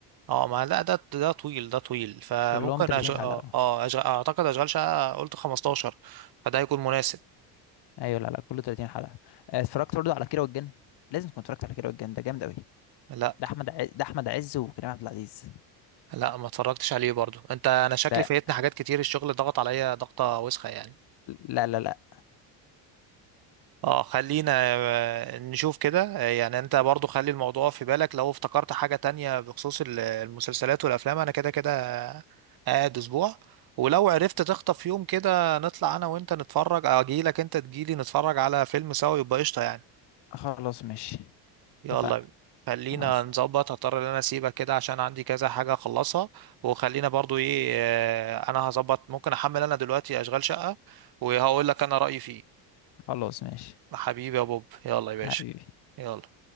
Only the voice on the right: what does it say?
اه ما لا ده ده طويل ده طويل فممكن
أش... اه
آه، أشغ... اعتقد اشغال شقه قلت 15 فده هيكون مناسب
لا
لا ما اتفرجتش عليه برضو انت انا شكلي
فايتني حاجات كتير الشغل ضغط عليا ضغطه وسخه يعني
اه خلينا آه، نشوف كده آه، يعني انت برضو خلي الموضوع في بالك لو افتكرت حاجة تانية بخصوص ال- المسلسلات والافلام انا كده كده قاعد اسبوع ولو عرفت تخطف يوم كده نطلع انا وانت نتفرج اجيلك انت تجيلي نتفرج على فيلم سوا يبقى قشطة يعني
يلا
خلينا
نظبط هضطر ان انا اسيبك كده عشان عندي كذا حاجة اخلصها وخلينا برضو ايه آه، انا هظبط ممكن احمل انا دلوقتي اشغال شقة وهقول لك انا رأيي فيه
حبيبي يا بوب يلا يا باشا
يلا